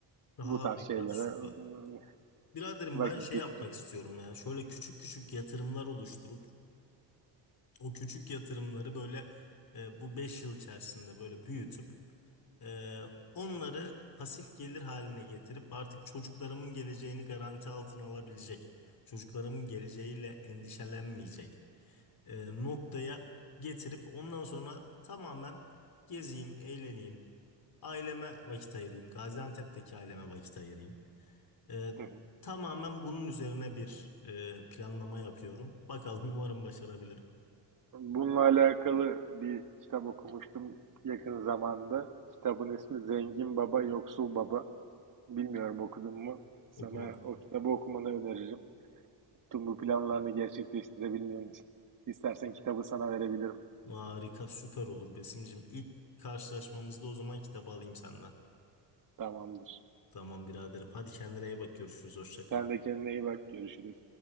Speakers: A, on the left; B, on the right.
A: Harika,
B: bu tarz şeylere
A: süper.
B: mm,
A: Biraderim
B: vakit
A: ben şey
B: geçirip
A: yapmak istiyorum ya. Şöyle küçük küçük yatırımlar oluşturup o küçük yatırımları böyle e, bu 5 yıl içerisinde böyle büyütüp e, onları pasif gelir haline getirip artık çocuklarımın geleceğini garanti altına alabilecek, çocuklarımın geleceğiyle endişelenmeyecek e, noktaya getirip ondan sonra tamamen gezeyim, eğleneyim, aileme vakit ayırayım, Gaziantep'teki aileme vakit ayırayım. Ee,
B: <laughs>
A: tamamen bunun üzerine bir e, planlama yapıyorum. <laughs> Bakalım umarım başarabilirim.
B: Bununla alakalı bir kitap okumuştum yakın zamanda. Kitabın ismi Zengin Baba, Yoksul Baba. Bilmiyorum okudun mu? Sana
A: Okumadım.
B: o kitabı okumanı öneririm. Tüm bu planlarını gerçekleştirebilmen için. İstersen kitabı sana verebilirim.
A: Harika, süper olur Besim'cim. İlk karşılaşmamızda o zaman kitabı alayım senden.
B: Tamamdır.
A: Tamam biraderim. Hadi kendine iyi bak. Görüşürüz. Hoşça
B: Sen
A: kal.
B: de kendine iyi bak. Görüşürüz.